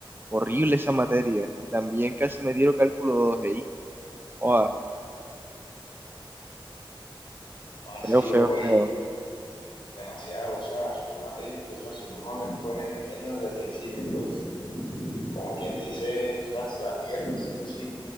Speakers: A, on the right; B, on the left.
A: Horrible esa materia. Y también casi me dieron cálculo 2 ey. Joder,
B: wow,
A: feo,
B: sí,
A: feo,
B: bro, y
A: feo.
B: demasiado, o sea, son materias que, o sea, si uno le pone el empeño desde el principio, pues, como quien dice, o sea, se la pierde sí o sí.